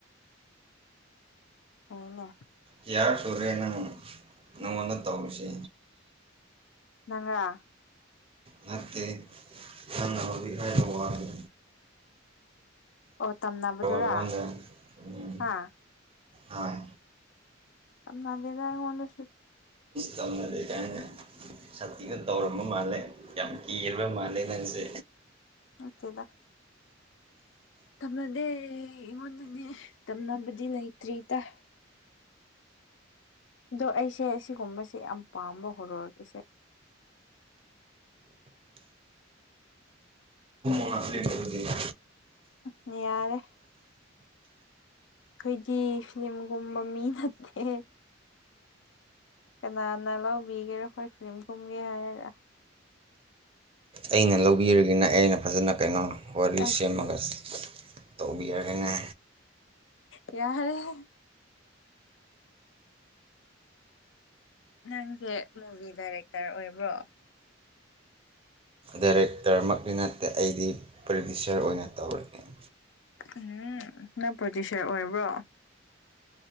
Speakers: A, on the left; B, on the right.
A: ꯍꯥꯏꯅ
B: ꯌꯥꯌꯥ ꯁꯨꯔꯨꯔꯦꯅ ꯅꯪꯉꯣꯟꯗ ꯇꯧꯔꯤꯁꯦ
A: ꯅꯪꯥ
B: ꯅꯠꯇꯦ ꯑꯪꯅꯗ ꯍꯥꯏꯕ ꯑꯗꯨ
A: ꯑꯣ ꯇꯝꯅꯕꯨꯗꯨꯔꯥ
B: ꯅꯉꯣꯟꯗ ꯎꯝ
A: ꯍꯥ
B: ꯍꯣꯏ
A: ꯅꯅꯥꯦꯗꯏꯉꯣꯟꯗ
B: ꯇꯧꯉ ꯂꯩ ꯀ ꯊꯇꯤꯅ ꯇꯧꯔꯝꯕ ꯃꯥꯜꯂꯦ ꯌꯥꯝ ꯀꯤꯔꯕ ꯃꯥꯜꯂꯦ ꯅꯪꯁꯦ
A: ꯃꯆꯦꯗ ꯇꯝꯅꯗꯦ ꯑꯩꯉꯣꯟꯗꯅꯦ ꯇꯝꯅꯕꯗꯤ ꯂꯩꯇ꯭ꯔꯤ ꯇꯥꯏ ꯑꯗꯣ ꯑꯩꯁꯦ ꯑꯁꯤꯒꯨꯝꯕꯁꯦ ꯌꯥꯝ ꯄꯥꯝꯕ ꯍꯧꯔꯒꯁꯦ
B: ꯃꯥꯁꯦꯦ
A: ꯎꯝ ꯌꯥꯔꯦ ꯑꯩꯈꯣꯏꯒꯤ ꯐꯤꯤꯂꯝꯒꯨꯝꯕ ꯃꯤ ꯅꯠꯇꯦ ꯀꯅꯥꯅ ꯂꯧꯕꯤꯒꯦꯔꯣ ꯑꯩꯈꯣꯏ ꯐꯤꯂꯝ ꯀꯨꯝꯒꯦ ꯍꯥꯏꯔꯒ
B: ꯑꯩꯅ ꯂꯧꯕꯤꯔꯒꯅ ꯑꯩꯅ ꯐꯖꯅ ꯀꯩꯅꯣ ꯋꯥꯔꯤ
A: ꯑꯁ
B: ꯁꯦꯝꯃꯒ ꯇꯧꯕꯤꯔꯒꯅꯦ
A: ꯌꯥꯔ ꯅꯪꯁꯦ ꯃꯨꯚꯤ ꯗꯥꯏꯔꯦꯛꯇꯔ ꯑꯣꯏꯕ꯭ꯔꯣ
B: ꯗꯥꯏꯔꯦꯛꯇꯔꯃꯛꯇꯤ ꯅꯠꯇꯦ ꯑꯩꯗꯤ ꯄ꯭ꯔꯗ꯭ꯌꯨꯁꯔ ꯑꯣꯏꯅ ꯇꯧꯔꯒꯦ
A: ꯎꯝ ꯅꯪ ꯄ꯭ꯔꯣꯗ꯭ꯌꯨꯁꯔ ꯑꯣꯏꯔꯕ꯭ꯔꯣ